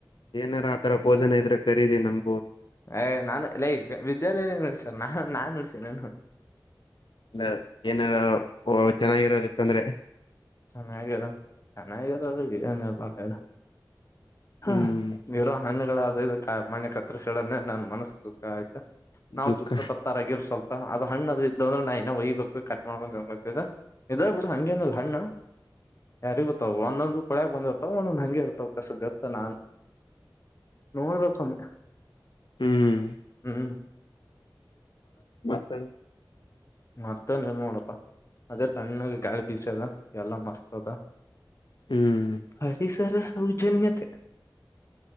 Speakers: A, on the left (about 75°); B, on the left (about 35°).
A: ಏನಾರ ಆ ತರ ಭೋಜನ ಇದ್ರೆಖರೀದಿ ನಮ್
B: ಹ ನಾನುಲ್ಲ ವಿದ್ಯಾಲಯ ನಡತನೆ ಸ ನಾ ನಾನ್ ಉಳ್ಸನು
A: ಇಲ್ಲ ಏನಾರ ಚೆನ್ನಾಗಿರೋದಿತ್ತಂದ್ರೆ
B: ಚೆನ್ನಾರ ಚೆನ್ನಾರ ಹ
A: ಹ್ಮ್
B: ಇವರೋ ಹಣ್ಣುಗಳ ಮಣೆ ಕ ಹತ್ರಸ ಹೇಳಡೆ ನನ್ ಮನಸ್ಸುಃಖ ಆಯ್ತಾ ನಾವವು
A: ದುಃಖ
B: ದುಃಖತ ತಪ್ತಾರಾಗಿರ್ ಸ್ವಲ್ಪ ಅ್ ಹಣ್ಣ ಅದ ಇದ್ದಂದ್ರೆ ನಾ ಇನೋ ಒಯ್ಬೇಕು ಕಟ್ ಮಾಡ್ಕೊಂಡುಂಗ ಇದ ಬಿಡು ಹಂಗೇನಲ್ಲ ಹಣ್ಣ ಯಾರಿ ಗೊತ್ತ ಒಂದೊಂದು ಕೊಳ್ಯಾಗ ಬಂದ್ಿರ್ತಾವ ಒಂದೊಂದ ಹಂಗೆ ಇರ್ತವ ಕಸ್ದತ್ತ ನಾನು ನೋಡ್ಬೇಕೊಮ್ಮೆ
A: ಹ್ಮ್
B: ಹ
A: ಮತ್ತಣ
B: ಮತ್ತನ್ ಎಲ್ ನೋಡಪ್ಪ ಅದೇ ತಣ್ಣಾಗ ಗಾಳಿ ಬೀಸದ ಎಲ್ಲ ಮಸ್ತ್ ಪ್ಯಾರ
A: ಹ್ಮ್
B: ಸರ ಸೌಜನ್ಯತೆ